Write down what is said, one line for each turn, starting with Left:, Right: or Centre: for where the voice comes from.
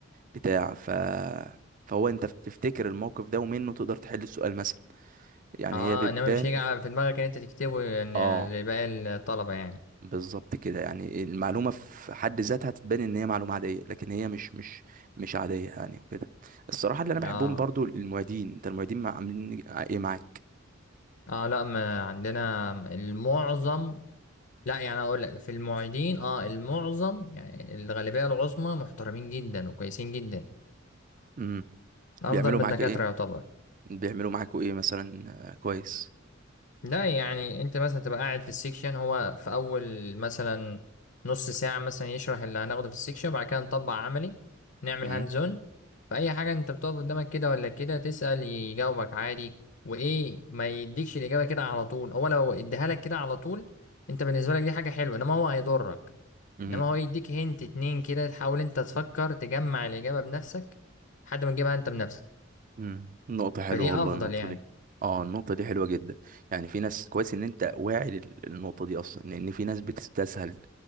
Right: بتاع ف فهو انت بتفتكر الموقف ده ومنه تقدر تحل السؤال مثلا يعني
Left: اه
Right: هي بتبان
Left: انما مش هيجي على- في دماغك ان انت تكتبه يعني
Right: اه
Left: لباقي الطلبة يعني
Right: بالظبط كده يعني المعلومة في حد ذاتها تبان ان هي معلومة عادية لكن هي مش مش مش عادية يعني وكده الصراحة اللي انا بحبهم
Left: اه
Right: برضو المعيدين انت المعيدين مع- عاملين ايه معاك
Left: اه لا ما عندنا المعظم لا يعني اقول لك في المعيدين اه المعظم يعني الغالبيه العظمى محترمين جدا وكويسين جدا
Right: امم
Left: افضل
Right: بيعملوا
Left: من
Right: معاك
Left: الدكاتره
Right: ايه
Left: يعتبر
Right: بيعملوا معاكوا ايه مثلا آه، كويس
Left: لا يعني انت مثلا تبقى قاعد في السيكشن هو في اول مثلا نص ساعة مثلا يشرح اللي هناخده في السيكشن وبعد كده نطبق عملي نعمل
Right: امم
Left: هاند زون فأي حاجة انت بتقف قدامك كده ولا كده تسأل يجاوبك عادي وايه ما يديكش الإجابة كده على طول هو لو اديها لك كده على طول انت بالنسبة لك دي حاجة حلوة انما هو هيضرك
Right: امم
Left: انما هو يديك هنت اتنين كده تحاول انت تفكر تجمع الإجابة بنفسك لحد ما تجيبها انت بنفسك
Right: امم نقطة حلوة
Left: فدي
Right: والله
Left: افضل
Right: النقطة
Left: يعني
Right: دي اه النقطة دي حلوة جدا يعني في ناس كويس ان انت واعي للنقطة دي اصلا لان في ناس بتستسهل